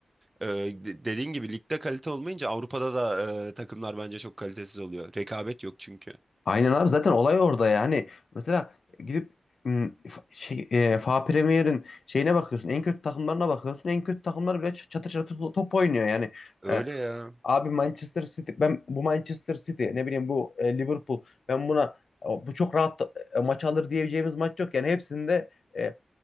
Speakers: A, on the right (about 25°); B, on the left (about 65°).
A: Ee, de- dediğin gibi ligde kalite olmayınca Avrupa'da da e, takımlar bence çok kalitesiz oluyor. Rekabet yok çünkü.
B: Aynen abi zaten olay orada ya. Hani mesela gidip m, f- şey, e, FA Premier'in şeyine bakıyorsun. En kötü takımlarına bakıyorsun. En kötü takımlar bile ç- çatır çatır to- top oynuyor. Yani
A: Öyle
B: e,
A: ya.
B: abi Manchester City ben bu Manchester City ne bileyim bu e, Liverpool ben buna e, bu çok rahat e, maç alır diyeceğimiz maç yok. Yani hepsinde e,